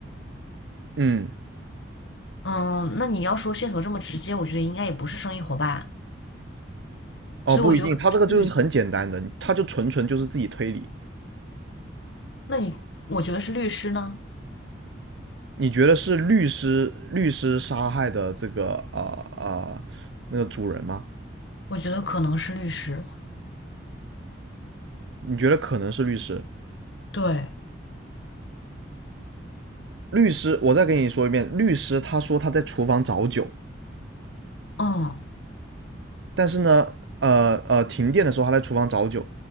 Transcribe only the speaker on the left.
嗯，那你要说线索这么直接，我觉得应该也不是生意伙伴。
所以我觉得可能是律，
那你我觉得是律师呢？
我觉得可能是律师。
对，
嗯，